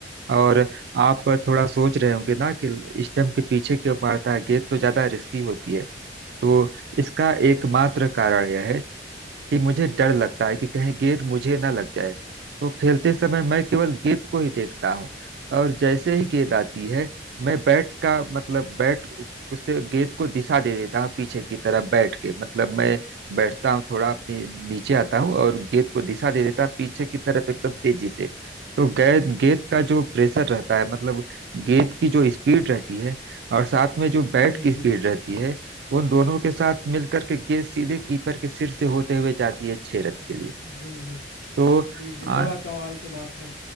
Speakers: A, on the right; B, on the left.
A: और आप थोड़ा सोच रहे होंगे ना कि स्टंप के पीछे क्यों मारता है गेंद तो ज्यादा रिस्की होती है तो इसका एकमात्र कारण यह है कि मुझे डर लगता है कि कहीं गेंद मुझे ना लग जाए तो खेलते समय मैं केवल गेंद को ही देखता हूँ और जैसे ही गेंद आती है मैं बैट का मतलब बैट उससे गेंद को दिशा दे देता हूँ पीछे की तरफ बैठ के मतलब मैं बैठता हूँ थोड़ा अपने नीचे आता हूँ और गेंद को दिशा दे देता हूँ पीछे की तरफ एकदम तेजी से तो गेंद गेंद का जो प्रेशर रहता है मतलब गेंद की जो स्पीड रहती है और साथ में जो बैट
B: जी
A: की स्पीड
B: जी
A: रहती है उन दोनों के साथ मिलकर के गेंद सीधे कीपर के सिर से होते हुए जाती है छह रन के लिए
B: जी जी
A: तो
B: जी जी
A: आ,
B: बड़ा कमाल की बात है